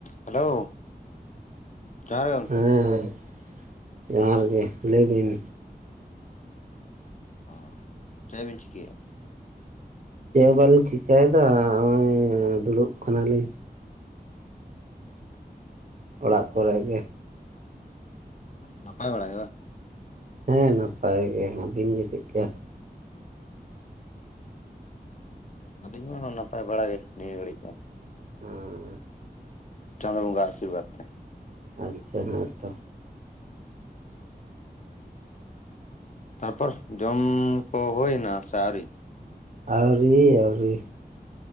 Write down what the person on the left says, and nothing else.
Hello ᱡᱚᱦᱟᱨ ᱜᱮ ᱜᱚᱝᱠᱮ
ᱚ ᱪᱮᱫᱵᱤᱱ ᱪᱤᱠᱟᱭᱮᱫᱟ
ᱱᱟᱯᱟᱭ ᱵᱟᱲᱟ ᱜᱮ ᱵᱟᱝ
ᱟᱹᱞᱤᱧ ᱦᱚᱸ ᱱᱟᱯᱟᱭ ᱵᱟᱲᱟᱟᱜ ᱜᱮ ᱱᱤᱭᱟᱹ ᱜᱷᱟᱹᱲᱤᱡ ᱫᱚ
ᱪᱟᱸᱫ ᱵᱚᱸᱜᱟ ᱟᱤᱨᱵᱟᱫᱽ ᱛᱮ
ᱛᱟᱨᱯᱚᱨ ᱡᱚᱻᱢ ᱠᱚ ᱦᱩᱭᱮᱱᱟ ᱥᱮ ᱟᱹᱣᱨᱤ